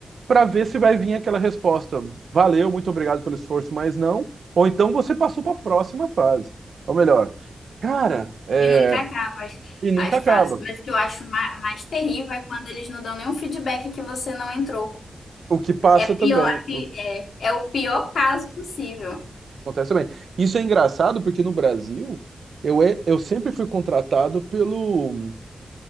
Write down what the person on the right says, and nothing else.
para ver se vai vir aquela resposta. Valeu, muito obrigado pelo esforço, mas não. Ou então você passou para a próxima fase. Ou melhor, cara, é,
e nunca
acaba.
O que passa
também.
Acontece também. Isso é engraçado porque no Brasil eu, é, eu sempre fui contratado pelo,